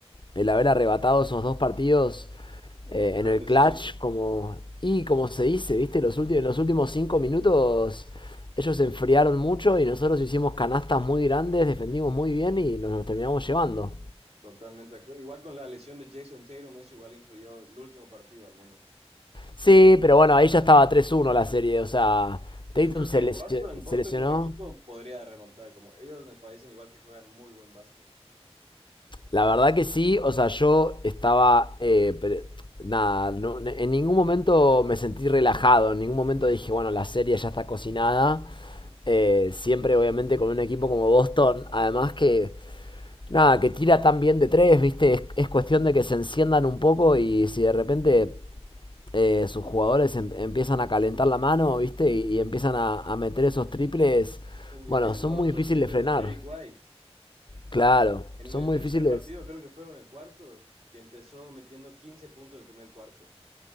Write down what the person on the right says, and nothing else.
Fueron
decisivos.
Totalmente de acuerdo. Igual con la lesión de Jason Tatum, eso igual influyó el último partido al menos.
Yo
creo
que
Boston, Boston
como equipo podría remontar, como ellos me parecen igual que juegan muy buen básquet.
Uy,
¿has visto
lo-
los
triples
de Derrick White?
En
el
tercer
partido, creo que fue o en el cuarto, que empezó metiendo 15 puntos del primer cuarto.